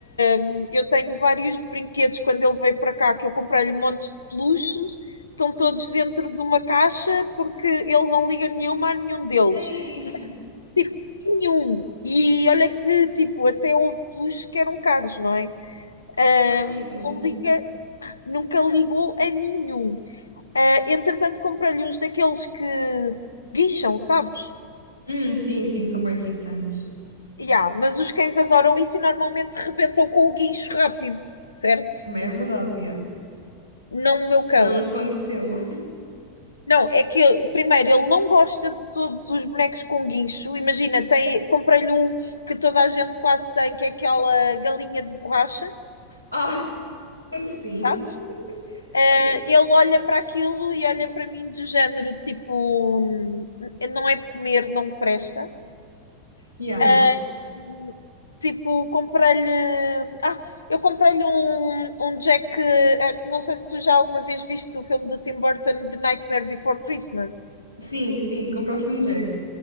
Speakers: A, on the left; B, on the right.
A: hum, eu tenho vários brinquedos quando ele veio para cá que eu comprei-lhe montes de peluches, estão todos dentro de uma caixa porque ele não liga nenhuma a nenhum deles.
B: Ei!
A: Tipo, nenhum. E olha que, tipo, até houve peluches que eram caros, não é? Hum,
B: Ah, sim, imagino.
A: não liga, nunca ligou a nenhum. Ah, entretanto, comprei-lhe uns daqueles que guincham, sabes?
B: Hum, sim, sim, são bem irritantes.
A: Ya, mas os cães adoram isso e normalmente rebentam com o guincho rápido, certo?
B: Também é verdade, yeah.
A: Não o meu cão.
B: Não aconteceu. <laughs>
A: Não, é que ele- primeiro ele não gosta de todos os bonecos com guincho. Imagina, tem- comprei-lhe um que toda a gente quase tem, que é aquela galinha de borracha,
B: Ah, sim.
A: sabes? Eh,
B: Sei.
A: ele olha para aquilo e olha para mim do género tipo, "Hum, não é de comer, não presta.
B: Yeah.
A: Ah, tipo, comprei-lhe. Ah, eu comprei-lhe um, um Jack. ah, não sei se tu já alguma vez viste o filme do Tim Burton, The Nightmare Before Christmas.
B: Sim, sim, compraste um Jack.